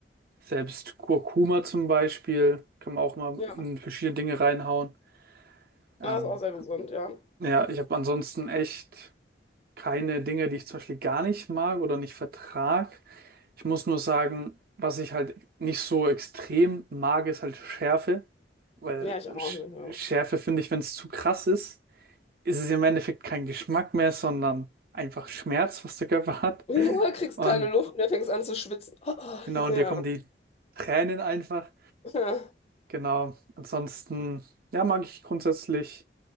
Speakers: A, on the right (about 55°); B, on the left (about 35°).
A: Selbst Kurkuma zum Beispiel kann man auch mal
B: ja.
A: in verschiedene Dinge reinhauen. Ähm,
B: Ah, ist auch sehr gesund, ja.
A: ja, ich habe ansonsten echt. keine Dinge, die ich zum Beispiel gar nicht mag oder nicht vertrag. Ich muss nur sagen, was ich halt nicht so extrem mag, ist halt Schärfe. Weil
B: Ja, ich auch
A: Sch
B: nicht, ja.
A: Schärfe finde ich, wenn es zu krass ist, ist es im Endeffekt kein Geschmack mehr, sondern einfach Schmerz, was der Körper <laughs> hat.
B: <laughs> Ja, kriegst
A: Und
B: keine Luft mehr, fängst an zu schwitzen. <laughs>
A: genau,
B: Ja,
A: und dir kommen die Tränen einfach.
B: ja.
A: Genau. Ansonsten, ja, mag ich grundsätzlich